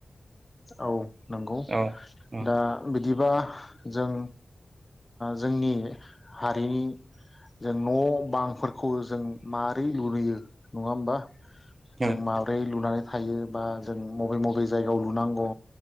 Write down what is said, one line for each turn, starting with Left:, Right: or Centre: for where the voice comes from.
Left: औ नंगौ
Right: औ उम
Left: दा बिदिबा जों जोंनि हारिनि जों न' बांफोरखौ जों मारै लुुयो नङा होमबा?
Right: उम
Left: जों माब्रै लुनानै थायो बा जों मबे मबे जायगायाव लुनांगौ